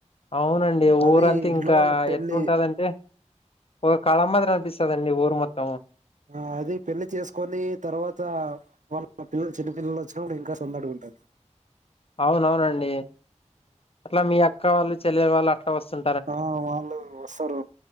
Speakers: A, on the left; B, on the right.
A: అవునండి
B: అది
A: ఊరంతా
B: ఇంట్లో
A: ఇంకా
B: వాళ్ళు పెళ్లి
A: ఎట్లుంటదంటే. ఒక కలా మాదిరీ అనిపిస్తదండి ఊరు మొత్తం.
B: ఆ అది పెళ్లి చేసుకొని తర్వాత వాళ్ళ పిల్లలు చిన్నపిల్లలు వచ్చినా కూడా ఇంకా సందడిగా ఉంటది.
A: అవునవునండి అట్లా మీ అక్క వాళ్ళు చెల్లెల వాళ్ళ అట్లా వస్తుం.
B: ఆహా వాళ్ళు వస్తారు